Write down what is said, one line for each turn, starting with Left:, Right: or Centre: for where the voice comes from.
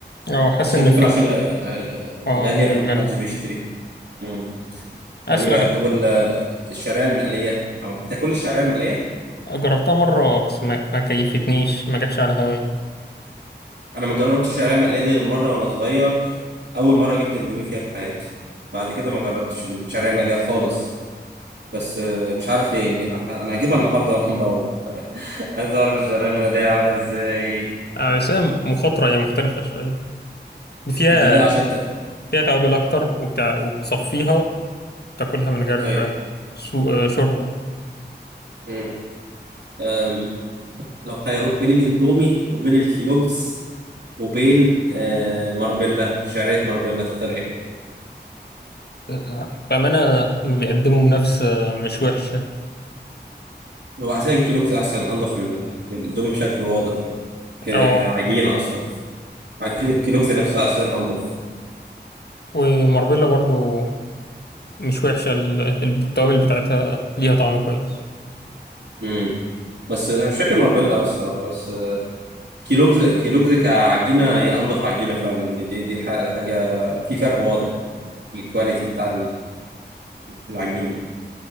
Left: اه حاسس
Right: عشان
Left: إن
Right: ممكن
Left: في
Right: عشان غ- آه،
Left: اه
Right: غاليه
Left: الغالية
Right: فمحدش بيشتريها مم.
Left: أسوأ
Right: غريبه طب وال- الشعريه المقليه او بتاكل الشعريه المقليه
Left: جربتها مرة بس ما, ما كيفتنيش ما جاتش على هواي
Right: انا ما جربتش الشعريه المقليه دي غير مره وانا صغير اول مره جبت اندومي فيها في حياتي بعد كده ما جربتش الشعريه المقليه خالص بس آه، مش عارف ليه يعني انا هجيبها النهارده وانا مروح عايز اعرف الشعريه الماليه عامله ازاي
Left: آه،
Right: آه،
Left: بس هي مخاطرة هي مختلفة شوية فيها
Right: دي لا عشان انت
Left: فيها توابل أكتر وبتاع وبتصفيها تاكلها من غير
Right: ايوه
Left: سو... آه، شوربة
Right: مم. أم، لو خيروك بين الاندومي وبين الكيلوجز وبين آه، ماربيلا شعريه ماربيلا تختار ايه؟
Left: آه، بأمانة ما بيقدموا بنفس آه، مش وحشة
Right: هو عشان الكيلوجز احسن انضف من من الاندومي بشكل واضح ك-
Left: اه
Right: كعجينه اصلا عجينه الكيلوجز نفسها اساسا انضف
Left: وماربيلا برضو مش وحشة ال- التوابل بتاعتها ليها طعم كويس
Right: امم بس انا مش فاكر ماربيلا قوي الصراحه بس آه، كيلوجز كيلوجز كعجينه هي انضف عجينه فعلا دي دي, دي ح- حاجه في فرق واضح الكواليتي بتاع العجينة